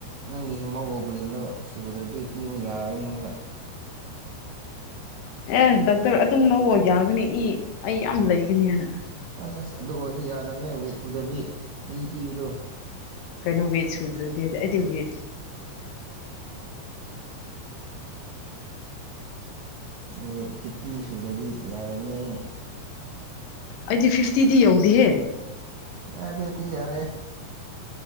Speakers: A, on the right (about 65°); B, on the left (about 75°).
A: ꯅꯪꯒꯤ ꯍꯦꯃꯣꯒ꯭ꯂꯣꯕꯂꯤꯟꯗꯣ ꯁꯨꯗ꯭ꯔꯗꯤ ꯄꯤꯕ ꯌꯥꯔꯣꯏꯅꯦ ꯑꯃꯨꯛꯀꯥ
B: ꯑꯦ ꯗꯥꯛꯇꯔ ꯑꯗꯨꯝ ꯂꯧꯑꯣ ꯌꯥꯒꯅꯤ ꯏ ꯑꯩ ꯌꯥꯝ ꯂꯩꯒꯥꯅꯤ ꯍꯥꯏꯅꯥ
A: ꯑꯁ ꯑꯁ ꯑꯗꯨ ꯑꯣꯏꯔꯁꯨ ꯌꯥꯗꯥꯕꯅꯦ ꯋꯦꯠ ꯁꯨꯗ꯭ꯔꯥꯗꯤ ꯏ ꯄꯤꯕꯥꯗꯣ
B: ꯀꯩꯅꯣ ꯋꯦꯠ ꯁꯨꯗ꯭ꯔꯥꯗꯤ ꯍꯥꯏꯗꯤ ꯑꯩꯗꯤ ꯋꯦꯠ
A: ꯋꯦꯠ ꯐꯤꯞꯇꯤ ꯁꯨꯗꯔꯥꯗꯤ ꯌꯥꯗꯕꯥꯅꯦ
B: ꯑꯩꯗꯤ ꯐꯤꯐꯇꯤꯗꯤ ꯌꯧꯗꯦꯍꯦ
A: ꯑꯦ ꯑꯗꯣꯏꯗꯤ ꯌꯥꯔꯦ